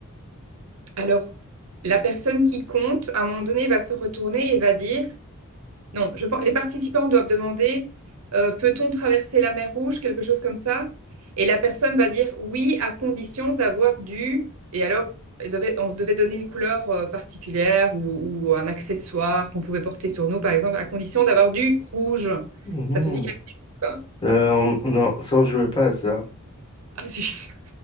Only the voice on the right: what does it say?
alors, la personne qui compte, à un moment donné, va se retourner et va dire. Non, je pense, les participants doivent demander euh, peut-on traverser la mer Rouge, quelque chose comme ça. Et la personne va dire oui, à condition d'avoir du. Et alors, elle devait- on devait donner une couleur euh, particulière ou, ou un accessoire qu'on pouvait porter sur nous, par exemple, à condition d'avoir du rouge.
Ça te dit quelque chose? hein?
Ah, zut. <laughs>